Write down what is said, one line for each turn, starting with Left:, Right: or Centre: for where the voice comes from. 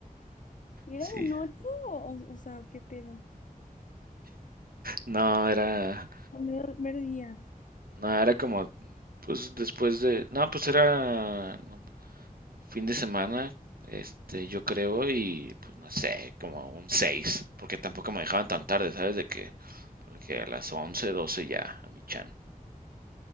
Left: ¿Y ¿Era
Right: Sí.
Left: de noche o, o sea, qué pedo?
Right: No, era,
Left: No, mero, mero día.
Right: no, era como, pues después de, no, pues era, no, Fin de semana, este, yo creo, y pues no sé, como un 6, porque tampoco me dejaban tan tarde, ¿sabes? De que, porque a las 11, 12 ya, a mi chan.